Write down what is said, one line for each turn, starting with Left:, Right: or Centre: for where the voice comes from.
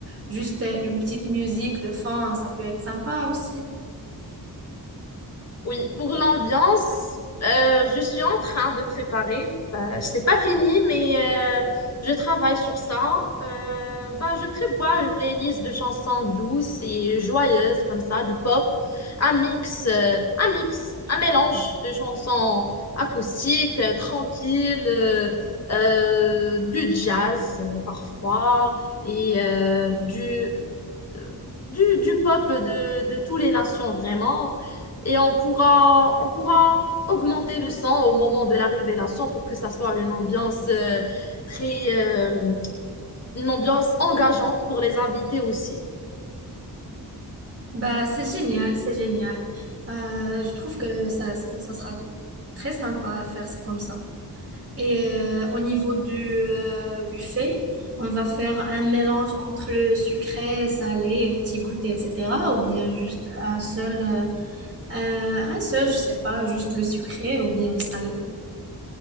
Right: juste euh, une petite musique de fond, ça peut être sympa aussi.
Left: Oui, pour l'ambiance, euh, je suis en train de préparer. Bah, c'est pas fini, mais euh, je travaille sur ça. Euh, bah, je prévois une playlist de chansons douces et joyeuses comme ça, du pop, un mix, euh, un mix, un mélange de chansons acoustiques, euh, tranquilles, euh, euh, du jazz euh, parfois et euh, du du, du peuple de, de toutes les nations, vraiment. Et on pourra, on pourra augmenter le son au moment de la révélation pour que ça soit une ambiance euh, très, euh, une ambiance engageante pour les invités aussi.
Right: Bah, c'est génial, c'est génial. Euh, je trouve que ça, ça ça sera très sympa à faire comme ça. Et euh, au niveau du euh, buffet, on va faire un mélange entre le sucré, salé, petit goûter, etc. Ou bien juste un seul, euh, euh, un seul, je sais pas, juste le sucré ou bien le salé.